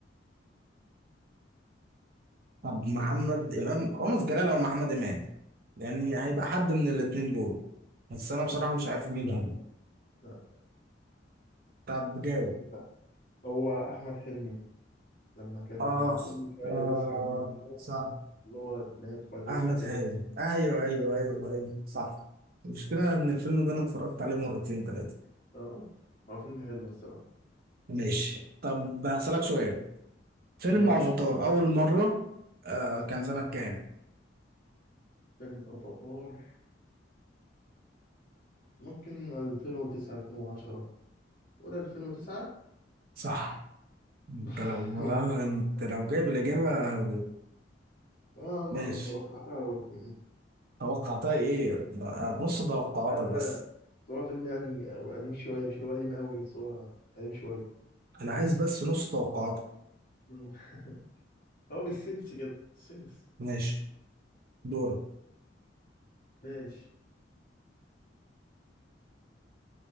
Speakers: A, on the right (about 55°); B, on the left (about 50°).
A: طب محمد إمام رامز جلال أو محمد إمام يعني هيبقى حد من الاتنين دول بس أنا بصراحة مش عارف
B: لا
A: مين هو
B: لا
A: طب جاوب
B: لا هو أحمد حلمي لما كان
A: آخ
B: كل شوية
A: آه
B: بيصحى من النوم
A: صح
B: اللي هو يتنيط وبعدين
A: أحمد
B: يصحى تاني
A: هاني أيوه أيوه أيوه أيوه صح المشكلة إن الفيلم ده أنا اتفرجت عليه مرتين تلاتة
B: اه هو فيلم حلو الصراحة
A: ماشي طب هسألك سؤال فيلم
B: ماشي
A: افاتار اول مرة آه كان سنة كام
B: فيلم أفاتار ممكن 2009 2010 ولا 2009
A: صح انت
B: <laughs>
A: لو <laughs> انت لو جايب الإجابة
B: اه ما
A: ماشي
B: توقعتها برضه.
A: توقعتها ايه بقى
B: مم.
A: نص توقعاتك
B: لا لا لا
A: بس
B: بس هو فيلم يعني قديم شوية مش اللي هو قديم قوي بس هو قديم شوية
A: انا عايز بس نص توقعاتك
B: مم. <laughs> هو بالسنس كده السنس
A: ماشي دورك
B: ماشي